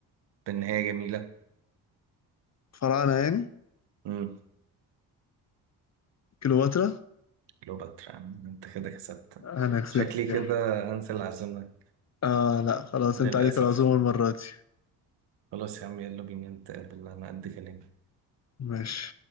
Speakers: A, on the right (about 60°); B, on the left (about 35°).
A: بإن هي جميلة؟
B: فراعنة يعني
A: مم.
B: كليوباترا
A: كليوباترا يا عم، انت كده كسبت
B: انا كسبت
A: شكلي
B: يعني
A: كده هنسى العزومة
B: اه لا خلاص
A: للأسف
B: انت عليك العزومة المرة دي
A: خلاص يا عم يلا بينا نتقابل أنا قد كلامي
B: ماشي